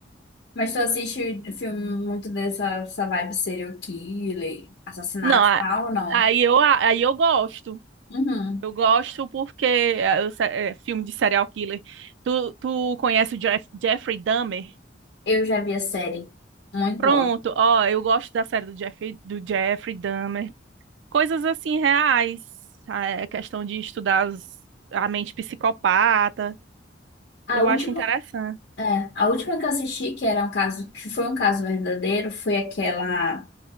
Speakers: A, on the left; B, on the right.
A: Mas tu assiste filme muito dessa essa vibe serial killer, assassinato
B: Não, a-
A: e tal, ou não?
B: aí eu, aí eu gosto.
A: Uhum.
B: Eu gosto porque é, eu se- é, filme de serial killer. Tu, tu conhece o Jeff- Jeffrey Dahmer?
A: Eu já vi a série. Muito
B: Pronto,
A: boa.
B: ó, eu gosto da série do Jeffrey, do Jeffrey Dahmer. Coisas assim reais, a é questão de estudar as- a mente psicopata,
A: A
B: eu
A: última,
B: acho interessante.
A: é, a última que eu assisti, que era um caso, que foi um caso verdadeiro, foi aquela.